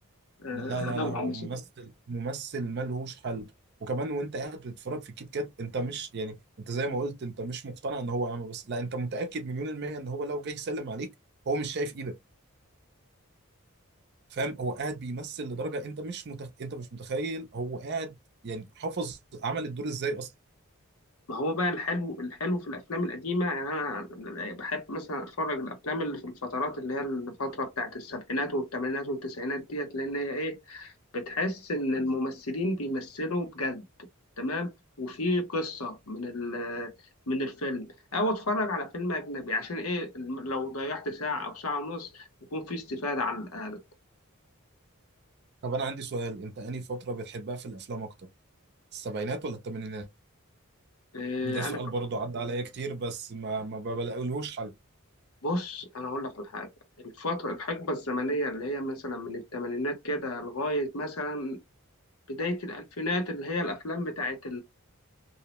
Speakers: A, on the left; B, on the right.
A: آه،
B: لا لا
A: نوعه
B: لا هو
A: مثلا
B: ممثل ممثل ملهوش حل وكمان وانت قاعد بتتفرج في كيت كات انت مش يعني انت زي ما قلت انت مش مقتنع ان هو اعمى بس لا انت متاكد مليون الميه ان هو لو جاي يسلم عليك هو مش شايف ايدك فاهم هو قاعد بيمثل لدرجه انت مش متخ... انت مش متخيل هو قاعد يعني حافظ عمل الدور ازاي اصلا
A: ما هو بقى الحلو الحلو في الافلام القديمة يعني انا بحب مثلا اتفرج الافلام اللي في الفترات اللي هي الفترة بتاعت السبعينات والثمانينات والتسعينات ديت لان هي ايه بتحس ان الممثلين بيمثلوا بجد تمام وفي قصة من ال- من الفيلم او اتفرج على فيلم اجنبي عشان ايه الم- لو ضيعت ساعة او ساعة ونص يكون في استفادة على الاقل
B: طب انا عندي سؤال انت انهي فتره بتحبها في الافلام اكتر السبعينات ولا الثمانينات
A: إيه
B: ده سؤال
A: انا
B: برضه عدى عليا كتير بس ما ما بلاقيلهوش حل
A: بص انا اقول لك على حاجة الفترة الحقبة الزمنية اللي هي مثلا من الثمانينات كده لغاية مثلا بداية الألفينات اللي هي الأفلام بتاعت